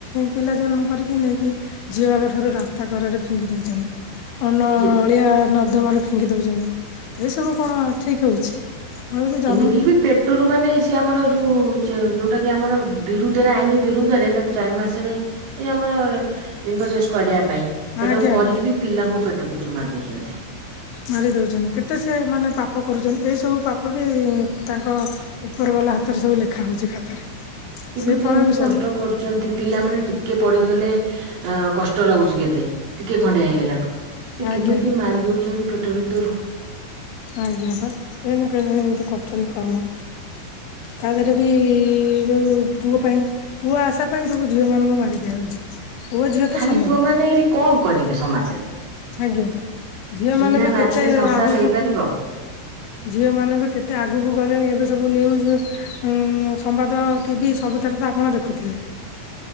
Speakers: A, on the left; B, on the right.
A: ପିଲା ଜନ୍ମ କରିକି ନେଇକି ଝିଅ ବା ଠାରୁ ରାସ୍ତାଘରରେ ଫିଙ୍ଗି ଦଉଛନ୍ତି <unintelligible>
B: ଯେ
A: ଅଳିଆ ନର୍ଦ୍ଦମାରେ ଫିଙ୍ଗି ଦେଉଛନ୍ତି। ଏସବୁ କଣ ଠିକ ହଉଛି? ଆପଣ ଯଦି ଜନ୍ମ
B: ଏମିତି କିି ବି ପେଟ ଟରୁ ମାନେ ସିଏ ଆମର ଯେଉଁ ଯେଉଁଟାକି ଆମର ବିରୁଦ୍ଧରେ ଆଇନ ବିରୁଦ୍ଧରେ ତାକୁ ଚାରି ମାସରେ ଏଇ ଆମର ଲିଙ୍ଗ ଶେଷ କରିବା ପାଇଁ ସେଟାକୁ
A: ଆଜ୍ଞା
B: କରିକି
A: ଆଜ୍ଞା।
B: ବି ପିଲାଙ୍କୁ ପେଟ ଭିତରୁ ମାରି ଦଉଛନ୍ତି।
A: ମାରି ଦଉଛନ୍ତି। କେତେ ସେ ମାନେ ପାପ କରୁଛନ୍ତି। ଏଇ ସବୁ ପାପ ବି ତାଙ୍କ ଉପର ବାଲା ହାତରେ ସବୁ ଲେଖା ହଉଛି ଖାତାରେ।
B: କେମିତି
A: ସେ ଫଳ
B: ଏମିତି
A: ବି
B: କଷ୍ଟ
A: ସେମାନେ
B: କରୁଛନ୍ତି? ପିଲାମାନେେ ଟିକେ ପଡିଗଲେ ଆଁ କଷ୍ଟ ଲାଗୁଚି କେତେ। ଟିକେ ଖଣ୍ଡିଆ ହେଇଗଲାଠୁ ସେ
A: ଆଜ୍ଞା
B: କେମିତି ମାରି ଦଉଚନ୍ତି ପେଟ ଭିତରୁ।
A: ଆଜ୍ଞା ବା ଏଇନୁ କେଜାଣି ଏମିତି କରୁଚନ୍ତି କାମ। ତା ଦେହେରେ ବି ଯୋଉ ପୁଅ ପାଇଁ ପୁଅ ଆଶା ପାଇଁ ସବୁ ଝିଅ ମାନଙ୍କୁ ମାରି ଦିଆ ହଉଛି। ପୁଅ ଝିଅ
B: ଖାଲି
A: ତ ସମାନ୍।
B: ପୁଅ ମାନେ ଏଠି କଣ କରିବେ ସମାଜରେ।
A: ଆଜ୍ଞା। ଝିଅ
B: ବିନା
A: ମାନେ ବି
B: ନାରୀରେ
A: କେତେ
B: ସଂସାର
A: ଆଗକୁ
B: ହେଇପାରିବ
A: ଝିଅ ମାନେ ବି କେତେ ଆଗକୁ ଗଲେଣି ଏବେ ସବୁ ନିଉଜ୍ ଉଁ ସମ୍ବାଦ ଟିଭି ସବୁଥିରେ ତ ଆପଣ ଦେଖୁଥିବେ।